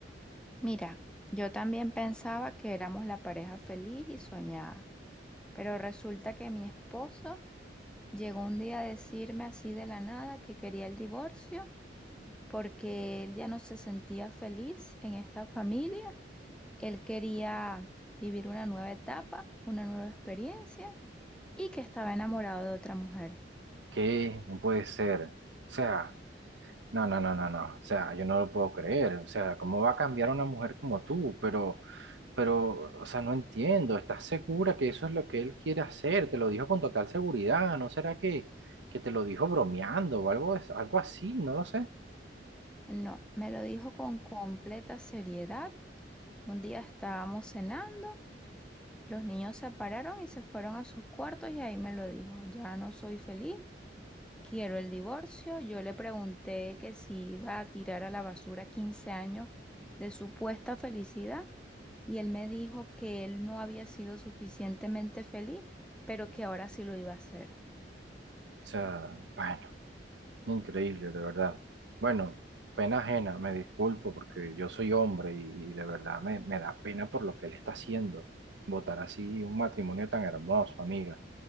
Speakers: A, in the centre; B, on the right.
A: Mira, yo también pensaba que éramos la pareja feliz y soñada, pero resulta que mi esposo llegó un día a decirme así de la nada que quería el divorcio porque él ya no se sentía feliz en esta familia, él quería vivir una nueva etapa, una nueva experiencia y que estaba enamorado de otra mujer.
B: ¿qué? No puede ser, o sea... No, no, no, no, no. O sea, yo no lo puedo creer. O sea, ¿cómo va a cambiar una mujer como tú? Pero, pero, o sea, no entiendo. ¿Estás segura que eso es lo que él quiere hacer? Te lo dijo con total seguridad. ¿No será que, que te lo dijo bromeando o algo, as- algo así? No lo sé. O
A: No, me lo dijo con completa seriedad. Un día estábamos cenando, los niños se pararon y se fueron a sus cuartos y ahí me lo dijo, ya no soy feliz, quiero el divorcio. Yo le pregunté que si iba a tirar a la basura 15 años de supuesta felicidad y él me dijo que él no había sido suficientemente feliz, pero que ahora sí lo iba a hacer.
B: sea, bueno, increíble, de verdad. Bueno, pena ajena, me disculpo porque yo soy hombre y, y de verdad me, me da pena por lo que él está haciendo. Votar así un matrimonio tan hermoso, amiga.